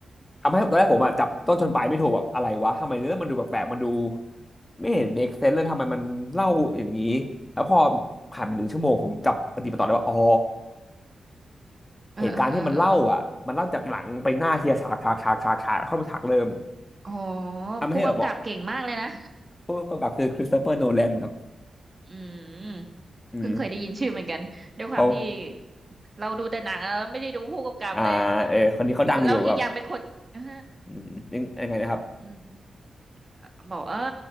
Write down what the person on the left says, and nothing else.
ทำให้ตอนแรกผมอะจับต้นชนปลายไม่ถูกแบบอะไรวะทำไมเนื้อมันดูแปลกๆมันดูไม่เห็น make sense เลยทำไมมันเล่าอย่างนี้แล้วพอผ่านไปหนึ่งชั่วโมงผมจับปฏิปต่อได้ว่าอ๋อ
เหตุการณ์ที่มันเล่าอ่ะมันเล่าจากหลังไปหน้าทีละฉากฉากฉากฉากฉากแล้วเข้ามาฉากเริ่ม
ทำให้เราบอก
ผู้กำกับคือคริสโตเฟอร์โนแลนครับ
อืม
เขา
อ่าเออคนนี้เขาดังอยู่แบบ
อืมยังยังไงนะครับ